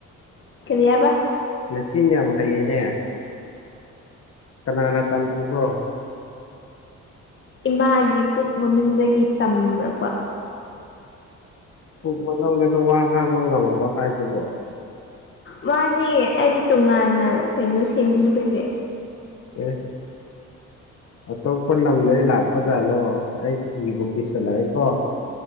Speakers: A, on the left; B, on the left.
A: ꯀꯔꯤ ꯍꯥꯏꯕ
B: ꯅꯆꯤꯟ ꯌꯥꯝ ꯍꯩꯌꯦꯅꯦ ꯀꯅꯥꯅ ꯇꯝꯕꯤꯕ꯭ꯔꯣ
A: ꯏꯃꯥꯒꯤ ꯄꯨꯛ ꯃꯅꯨꯡꯟꯗꯒꯤ ꯇꯝꯔꯛꯄ
B: ꯄꯨꯛ ꯃꯅꯨꯡꯗꯁꯨ ꯋꯥ ꯉꯥꯡꯕ ꯉꯝꯃꯕꯣ ꯍꯥꯏꯁꯤꯕꯣ
A: ꯃꯥꯅꯦ ꯑꯩꯗꯤ ꯇꯣꯉꯥꯟꯅ ꯀꯩꯅꯣ ꯁꯦꯝꯕꯤꯕꯒꯦ
B: ꯑꯦ ꯑꯇꯣꯞꯄ ꯂꯝꯗꯒꯤ ꯂꯥꯛꯄ ꯖꯥꯠꯂꯣ ꯑꯩ ꯀꯤꯕꯨ ꯀꯤꯁꯤꯜꯂꯛꯑꯦꯀꯣ